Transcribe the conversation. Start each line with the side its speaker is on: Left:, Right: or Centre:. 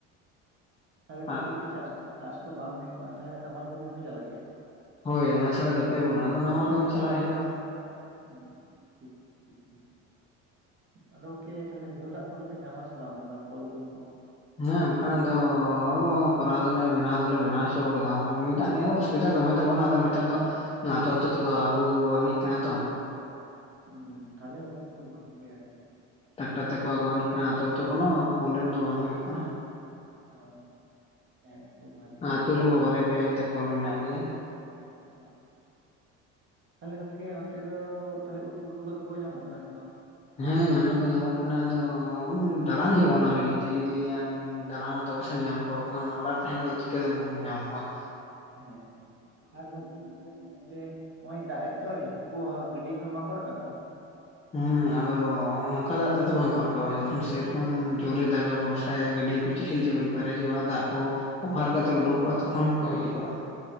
Right: ᱛᱟᱦᱚᱞᱮ ᱜᱚᱝᱠᱮ
Left: ᱟᱨ
Right: ᱡᱩᱫᱤ ᱪᱟᱥ ᱪᱟᱥ ᱠᱚ ᱵᱟᱝ ᱦᱩᱭᱩᱜᱼᱟ ᱛᱟᱦᱚᱞᱮ ᱱᱟᱢᱟᱞ ᱠᱚᱢᱤᱯᱮ ᱪᱟᱞᱟᱜ ᱜᱮᱭᱟ ᱾
Left: ᱦᱭ ᱚᱱᱟᱥᱷᱟᱲᱲᱟ ᱫᱚ ᱩᱯᱟᱹᱭ ᱵᱟᱹᱱᱩᱜ ᱟ ᱱᱟᱣᱟᱟᱞ ᱠᱟᱹᱢᱤ ᱪᱟᱞᱟᱜ ᱦᱩᱭᱩᱜᱼᱟ ᱾
Right: ᱦᱮᱸ ᱴᱷᱤᱠ ᱴᱷᱤᱠ ᱦᱸ ᱾ ᱟᱫᱚ ᱜᱝᱠᱮ ᱛᱟᱦᱦᱮ ᱧᱩ ᱫᱟᱜ ᱠᱚᱫᱚᱯᱮ ᱧᱟᱢᱟᱥᱮ ᱵᱟᱝ ᱚᱱᱠᱟ ᱠᱚᱞ ᱠᱩᱧ ᱠᱚ ᱾
Left: ᱦᱮᱸ ᱚᱱᱠᱟᱱᱟᱜ ᱫᱚ ᱾ ᱦ ᱠᱚᱨᱟᱣ ᱫᱚᱟᱞᱮ ᱵᱮᱱᱟᱣ ᱫᱚᱞᱮ ᱵᱮᱱᱟᱣ ᱦᱚᱪᱚᱣ ᱠᱟᱫᱟ ᱧᱩ ᱫᱟᱜ ᱱᱤᱭᱟᱹ ᱫᱚ ᱚᱥᱩᱵᱤᱫᱟ ᱫᱚᱢᱮ ᱛᱟᱵᱟᱹᱱᱩᱜ ᱟ ᱱᱮᱛᱟᱨ ᱫᱚ ᱾ ᱟᱹᱛᱩ ᱟᱹᱛᱩ ᱛᱠᱚ ᱟᱹᱜᱩ ᱟᱹᱱᱤᱡ ᱠᱟᱱᱟ ᱛᱚ ᱾
Right: ᱦ ᱛᱟᱦᱮ ᱚᱠᱮ ᱠᱷᱩᱵ ᱵᱷᱟᱜ ᱜᱮᱭᱟ ᱟᱨᱠᱤ ᱾
Left: ᱴᱟᱠᱴᱟᱨ ᱛᱮᱠᱚ ᱟᱹᱜᱩᱣᱱᱤᱡᱜ ᱠᱟᱱᱟ ᱟᱛᱳᱛᱚ ᱠᱳᱱᱳ ᱯᱨᱚᱵᱞᱮᱢ ᱫᱚ ᱵᱟᱝ ᱦᱩᱭᱩᱜ ᱠᱟᱱᱟ
Right: ᱚ
Left: ᱾
Right: ᱦᱮᱸ ᱠᱷᱩᱵ ᱵᱷᱟᱞᱤ
Left: ᱟᱹᱛᱩ
Right: ᱠᱟᱛᱷᱟ᱾
Left: ᱨᱮᱢᱟ ᱵᱚᱨᱭᱟ ᱯᱮᱭᱟ ᱠᱟᱛᱮ ᱠᱚᱞ ᱢᱮᱱᱟᱜ ᱜᱮᱭᱟ ᱾
Right: ᱦᱮᱸ᱾ ᱛᱟᱦᱞᱮ ᱜᱚᱝᱠᱮ ᱚᱱᱛᱮ ᱫᱚ ᱛ ᱩᱫ ᱯᱷᱩᱴ ᱠᱚ ᱠᱚᱫᱚ ᱠᱚ ᱧᱟᱢᱚᱜ ᱠᱟᱱᱟ ᱥᱮ ᱵᱟᱝ?
Left: ᱦᱮᱸ ᱧᱟᱢ ᱫᱚᱠᱚ ᱧᱟᱢᱚᱜ ᱠᱟᱱᱟ ᱟᱫᱚ ᱫᱟᱟᱲᱟᱱ ᱦᱩᱭᱩᱜᱼᱟ ᱚᱱᱟ ᱞᱟᱹᱜᱤᱫ ᱛᱮ ᱡᱩᱚᱫᱤ ᱟᱢ ᱫᱟᱲᱟᱱᱟ‌ ᱾ ᱛᱚᱵᱮᱥᱮᱢ ᱧᱟᱢ ᱠᱚᱣᱟ ᱵᱟᱠᱷᱟᱱ ᱚᱲᱟᱨ ᱨᱮ ᱛᱟᱦᱮᱸ ᱠᱟᱛᱮᱛ ᱪᱤᱠᱟᱹᱛᱮᱢ ᱧᱟᱢ ᱠᱚᱣᱟ ᱾
Right: ᱦᱮᱸ ᱦᱮᱸ ᱟᱨ ᱜᱚᱝᱠᱮ <inaudible> ᱾ ᱱᱚᱜ ᱫᱟᱜ ᱮ ᱫᱚᱭ ᱦᱟᱹᱠᱩ ᱠᱚ ᱜᱟᱹᱰᱤ ᱠᱷᱚᱱ ᱵᱟᱝᱠᱚ ᱨᱟᱠᱟᱵ ᱠᱟᱱᱟ ᱾
Left: ᱦᱮᱸ ᱟᱫᱚ ᱱᱚᱝᱠᱟ ᱫᱟᱜ ᱛᱮᱫᱚ ᱵᱟᱝᱠᱚ ᱨᱟᱠᱟ ᱡᱚᱠᱷᱚᱱ ᱥᱮᱨᱚᱠᱚᱢ ᱡᱳᱚᱨᱮ ᱫᱟᱜᱟ ᱵᱷᱚᱨᱥᱟᱭᱟ ᱜᱟᱹᱰᱤᱭᱟᱹ ᱠᱚ ᱾ ᱪᱮᱦᱮᱞ ᱪᱮᱯᱮᱞ ᱯᱮᱨᱮᱡᱚᱜᱼᱟ ᱫᱟᱜ ᱠᱚ ᱚᱯᱷᱟᱨ ᱠᱟᱛᱮ ᱩᱰᱩᱠᱚᱜᱼᱟ ᱛᱚᱠᱷᱚᱱ ᱦᱚᱸᱠᱚ ᱦᱤᱡᱩᱜᱼᱟ ᱾